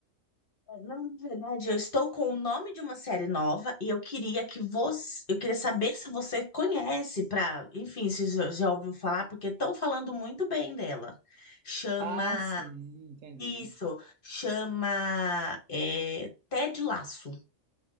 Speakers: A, on the left (about 45°); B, on the right (about 70°).
A: Não, Na verdade, eu estou com o nome de uma série nova e eu queria que você, eu queria saber se você conhece, para enfim, se já já ouviu falar, porque estão falando muito bem dela. Chama
B: Ah, sim, entendi.
A: Isso chama é, Ted Laço.